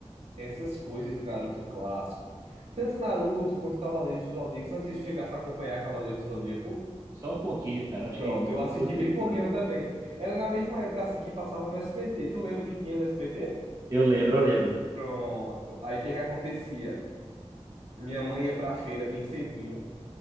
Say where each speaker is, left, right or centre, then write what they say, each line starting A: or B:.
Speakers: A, on the right (about 70°); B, on the right (about 30°).
A: essas coisas de Naruto clássico, tanto Naruto quanto Cavaleiros do Zodíaco, se você chegasse a acompanhar Cavaleiros do Zodíaco,
B: Só um pouquinho, cara, acho
A: pronto,
B: que no-
A: eu assisti
B: dois episódios.
A: bem pouquinho também. Era na mesma época assim que passava no SBT. Tu lembra que tinha no SBT?
B: Eu lembro, eu lembro.
A: Pronto. Aí o que que acontecia? Minha mãe ia pra feira bem cedinho.